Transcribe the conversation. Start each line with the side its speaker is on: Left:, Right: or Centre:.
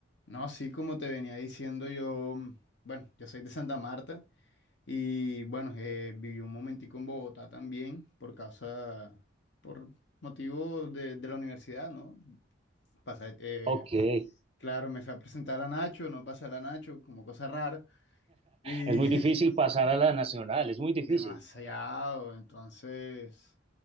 Left: No, sí, como te venía diciendo yo, mm, bueno, yo soy de Santa Marta y bueno, eh, viví un momentico en Bogotá también por causa, por motivo de, de la universidad, ¿no? Pasé, eh,
Right: Ok. <laughs>
Left: claro, me fui a presentar a Nacho, no pasé a la Nacho, como cosa rara y
Right: Es muy difícil
Left: <laughs>
Right: pasar a la nacional, es muy difícil.
Left: demasiado, entonces